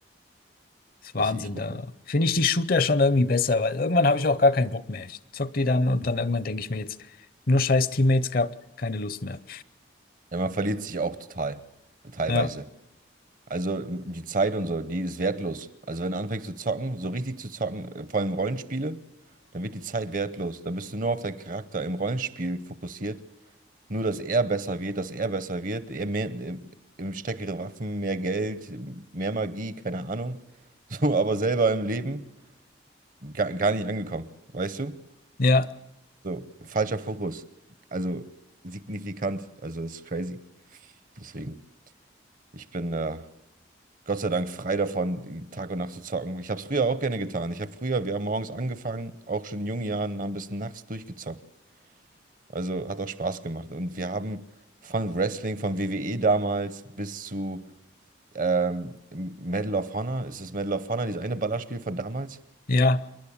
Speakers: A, on the left; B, on the right.
A: Das ist Wahnsinn,
B: Ich, ich bin
A: da finde ich die Shooter schon irgendwie besser, weil irgendwann habe ich auch gar keinen Bock mehr. Ich zock die dann und dann irgendwann denke ich mir jetzt, nur scheiß Teammates gehabt, keine Lust mehr.
B: Ja, man verliert sich auch total, teilweise.
A: Ja,
B: Also die Zeit und so, die ist wertlos. Also wenn du anfängst zu zocken, so richtig zu zocken, äh, vor allem Rollenspiele, dann wird die Zeit wertlos. Dann bist du nur auf deinen Charakter im Rollenspiel fokussiert. Nur, dass er besser wird, dass er besser wird, er mehr, im, im stärkere Waffen, mehr Geld, mehr Magie, keine Ahnung. <laughs> So, aber selber im Leben gar, gar nicht angekommen, weißt du?
A: ja,
B: So, falscher Fokus. Also signifikant, also ist crazy. Deswegen, ich bin äh, Gott sei Dank frei davon, die Tag und Nacht zu zocken. Ich habe es früher auch gerne getan. Ich habe früher, wir haben morgens angefangen, auch schon in jungen Jahren, haben bis nachts durchgezockt. Also hat auch Spaß gemacht. Und wir haben von Wrestling, von WWE damals bis zu ähm, Medal of Honor. Ist es Medal of Honor, dieses eine Ballerspiel von damals?
A: ja.